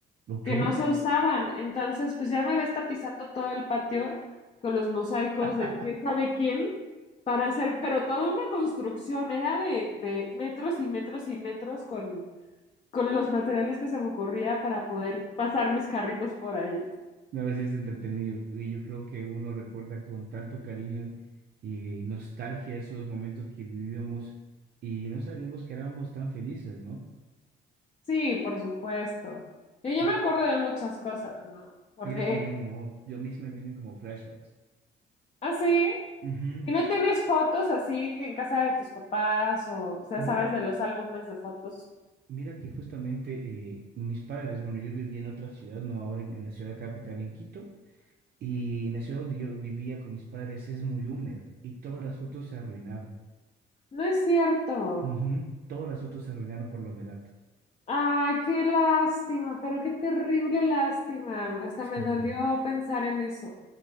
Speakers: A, on the right; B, on the left.
A: Ok.
B: que no se usaban. Entonces, pues ya me ves tapizando todo el patio con los mosaicos
A: <laughs>
B: de quién sabe quién para hacer, pero toda una construcción, era de, de metros y metros y metros con, con los materiales que se me ocurría para poder pasar mis carritos por ahí.
A: No, a veces es entretenido. Y yo creo que uno recuerda con tanto cariño y nostalgia esos momentos que vivíamos y no sabíamos que éramos tan felices, ¿no?
B: Sí, por supuesto. Yo, yo
A: Yo-
B: me acuerdo de muchas cosas, ¿no? Porque
A: mira que yo no, yo a mí se me vienen como flashbacks.
B: así,
A: Ujú.
B: ¿y no tienes fotos así en casa de tus papás o, o sea,
A: Mira,
B: sabes de los álbumes de fotos?
A: mira que justamente eh, mis padres, bueno, yo vivía en otra ciudad, no ahora en, en la ciudad capital, en Quito, y en la ciudad donde yo vivía con mis padres es muy húmeda y todas las fotos se arruinaron.
B: No es cierto.
A: Ujú. Todas las fotos se arruinaron por la humedad.
B: Ay, qué lástima, pero qué terrible lástima. Hasta
A: Sí,
B: me dolió pensar en eso.